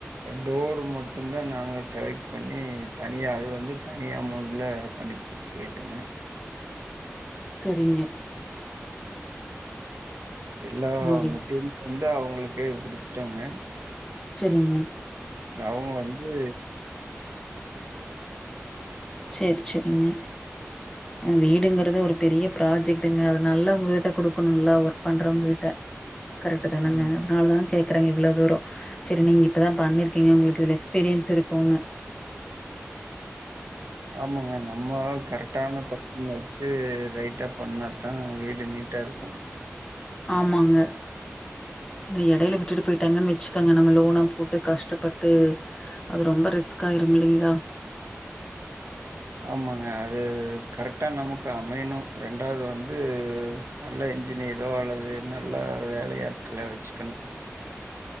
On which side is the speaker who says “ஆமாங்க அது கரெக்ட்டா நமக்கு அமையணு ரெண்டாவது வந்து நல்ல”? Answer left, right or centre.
Right